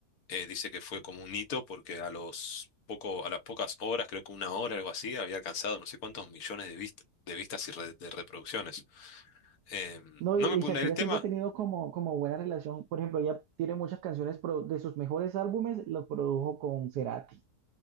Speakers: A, on the left; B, on the right.
A: eh, dice que fue como un hito porque a los poco, a las pocas horas, creo que una hora, algo así, había alcanzado no sé cuántos millones de vistas, de vistas y re- de reproducciones. Em,
B: No,
A: no
B: y, y
A: me pone
B: Shakira
A: el tema.
B: siempre ha tenido como, como buena relación. Por ejemplo, ella tiene muchas canciones pro- de sus mejores álbumes, los produjo con Cerati.